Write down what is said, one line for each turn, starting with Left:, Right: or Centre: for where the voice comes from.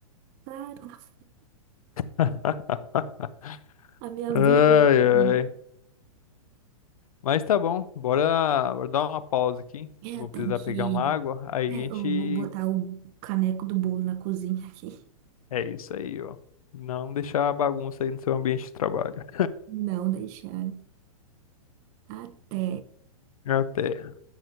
Right: Claro,
Left: <laughs>
Right: a minha
Left: Ai,
Right: vida é
Left: ai.
Right: assim.
Left: Mas tá bom. Bora, bora dar uma pausa aqui.
Right: É,
Left: Vou
Right: Eu tenho
Left: precisar
Right: que.
Left: pegar uma água. Aí
Right: é,
Left: a gente.
Right: eu vou botar o caneco do bolo na cozinha aqui.
Left: É isso aí, ó. Não deixar a bagunça aí no seu ambiente de trabalho.
Right: Não deixar. Até
Left: Até.